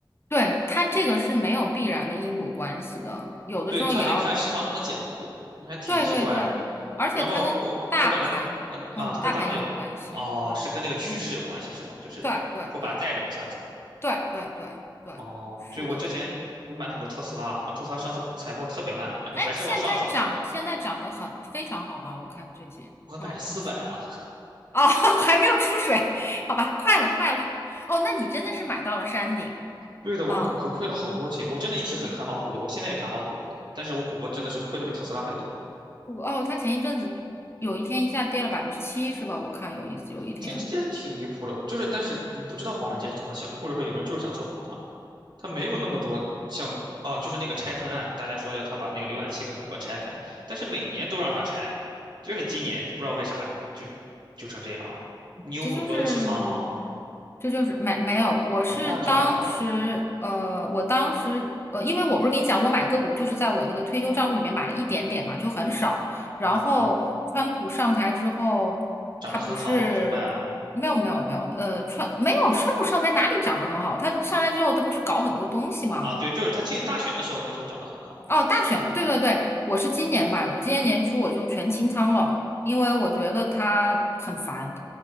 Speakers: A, on the left; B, on the right.
A: 对，它这个是没有必然的因果关系的，有的时候也要，
B: 对，他得看市场怎么解读，那还挺奇怪的。
A: 对对对，而且它跟大盘，
B: 然后我我买的呃啊，
A: 嗯，
B: 它跟大盘有哦，
A: 大盘也有关系，对，
B: 是跟那个趋势有关系是吗？
A: 嗯，
B: 就是会把它带着往下走。
A: 对对对对对对对，
B: 哦，
A: 是的。
B: 就我之前我买了很多特斯拉，然后特斯拉上次股财报特别烂，然后还是往上走，
A: 哎，现在涨，现在涨得很非常好吗？我看最近，
B: 我买了四百啊，
A: 嗯，特斯拉哦，<laughs> 还没有出水，好吧，快了，快了。哦，那你真的是买到了山顶
B: 对的，
A: 啊！
B: 我谷歌亏了好多钱，我真的一直很看好谷歌，我现在也看好谷歌，但是我谷歌真的是亏的比特斯拉还多，
A: 哦，他前一阵子有一天一下跌了百分之七，是吧？我看有一有一天，
B: 这这挺离谱的。就是，但是你不知道华尔街是怎么想的，或者说有人就是想做空它，它没有那么多像哦，就是那个拆分案，大家说要他把那个浏览器跟谷歌拆开，但是每年都让他拆，就是今年就不知道为啥就就成这样了。你有谷歌的持仓吗？
A: 这就是，这就是没没有，我是当时呃，
B: 哦，那真好，
A: 我当时呃，因为我不是跟你讲，我买个股就是在我那个退休账户里面买了一点点嘛，就很少。然后川普上台之后，
B: 哦，涨得很好就卖了
A: 他不是没有没有没有，呃，川没有川普上台哪里涨得很好？他上来之后，他不是搞很多东西吗？
B: 啊，对，就是他进大选的时候，那时候涨得很好。
A: 哦，大选，对对对，我是今年买的，我今年年初我就全清仓了，因为我觉得他很烦。